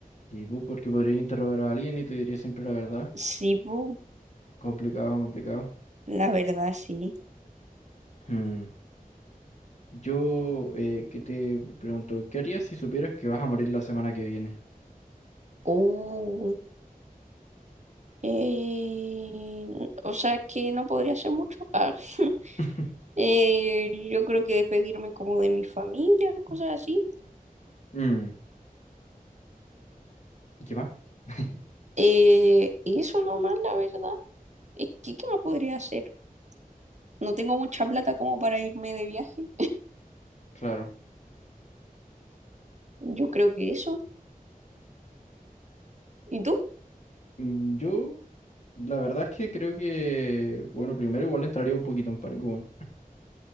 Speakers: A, on the left (about 50°); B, on the right (about 50°).
A: Y pu, porque podrías interrogar a alguien y te diría siempre la verdad.
B: Sí, pu,
A: Complicado, complicado.
B: la verdad, sí.
A: Mm. Yo eh, que te pregunto, ¿qué harías si supieras que vas a morir la semana que viene?
B: Uh, eh, o sea que no podría hacer mucho. Ah,
A: <laughs>
B: <laughs> eh, yo creo que despedirme como de mi familia, cosas así.
A: Mm, ¿y qué más? <laughs>
B: Eh, y eso nomás, la verdad. Es que, ¿qué más podría hacer? No tengo mucha plata como para irme de viaje.
A: Claro.
B: Yo creo que eso. ¿Y tú?
A: Mm, Yo, la verdad es que creo que, bueno, primero igual entraría un poquito en pánico, bueno.